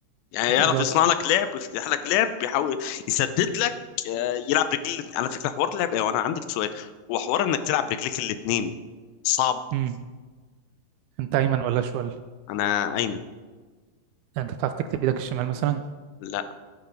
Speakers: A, on the left; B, on the right.
A: يعني
B: بالظبط
A: يعرف يصنع لك لعب ويفتح لك لعب بيحاول يسدد لك آه، يلعب رجل على فكره حوار لعب ايه وانا عندي لك سؤال هو حوار انك تلعب رجليك الاثنين صعب
B: امم انت ايمن ولا اشول
A: انا ايمن
B: انت بتعرف تكتب ايدك الشمال مثلا
A: لا